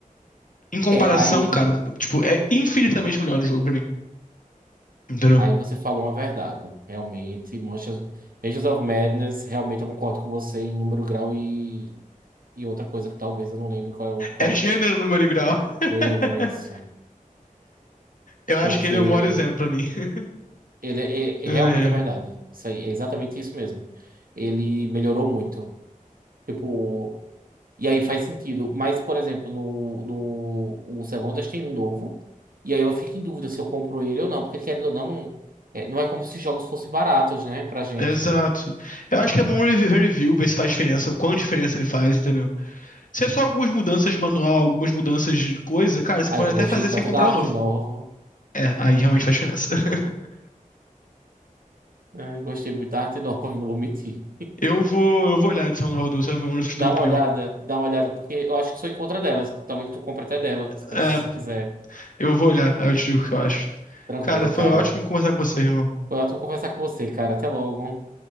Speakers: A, on the left; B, on the right.
A: Em comparação,
B: É, aí,
A: cara, tipo, é infinitamente melhor o jogo pra mim, entendeu?
B: aí você falou uma verdade. Realmente, Manchas- Mansions of Madness, realmente eu concordo com você em número, grau e, e outra coisa que talvez eu não lembre qual é o correto
A: É gênero,
B: isso aqui.
A: número e grau. <laughs>
B: É, não é isso.
A: Eu acho
B: Porque
A: que ele é o maior exemplo pra mim. <laughs>
B: ele é,
A: É,
B: é- realmente é verdade. Isso aí, é exatamente isso mesmo. Ele melhorou muito. Tipo, E aí faz sentido. Mas, por exemplo, no, no o Semondas tem um novo. E aí eu fico em dúvida se eu compro ele ou não. Porque, querendo ou não, é, não é como se jogos fossem baratos, né? Pra gente.
A: é. Exato. Eu acho que é bom revi- ver review, ver se faz diferença, o quão diferença ele faz, entendeu? Se é só algumas mudanças de manual, algumas mudanças de coisa, cara, você
B: Aí
A: pode
B: que
A: até
B: eu gostei
A: fazer
B: tanto
A: sem comprar
B: da
A: um
B: arte
A: novo.
B: nova.
A: É, aí realmente faz diferença. <laughs>
B: É, gostei muito da arte nova, <laughs> não vou mentir.
A: Eu vou, eu vou olhar a edição nova do Savage Wonders, te
B: Dá
A: dou uma opinião.
B: uma olhada, dá uma olhada, porque eu acho que só encontra delas. Talvez tu compre até dela, se pre-
A: É,
B: se quiser.
A: eu vou olhar, aí eu te digo o que eu acho.
B: Tranquilo,
A: Cara, foi
B: cara.
A: ótimo conversar com você, irmão.
B: Foi ótimo conversar com você, cara. Até logo.